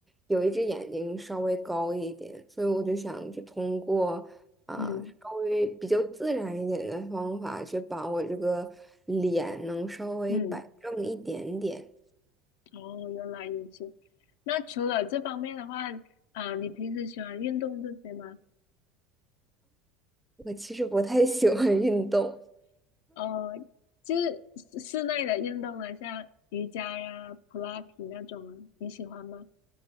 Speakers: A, in the centre; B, on the left.
A: 有一只眼睛稍微高一点，所以我就想就通过啊、
B: 嗯
A: 稍微比较自然一点的方法，去把我这个脸能稍微摆正一点点。
B: 嗯，哦，原来如此。那除了这方面的话，啊、你平时喜欢运动这些吗？
A: 我其实不太喜欢运动，
B: 哦，就是室室内的运动啊，像瑜伽呀、普拉提那种啊，你喜欢吗？